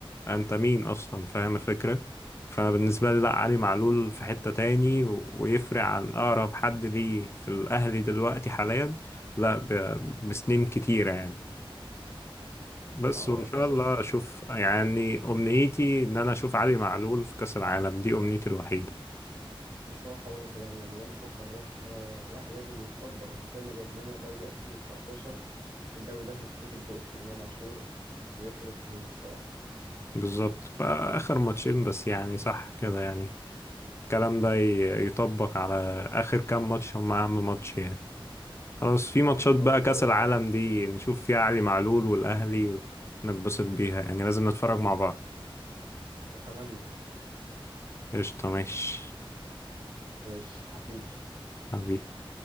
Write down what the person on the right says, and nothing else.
ايوه
ما اه
بالظبط
بصراحة وانا كمان يعني ياما فرحنا لا لازم يتقدر وزي ما جاب لنا دوري 2019 الدوري ده هيتكتب باسم امام عاشور وياسر ابراهيم بصراحة
اه ان شاء
الله
اتمنى
ماشي حبيبي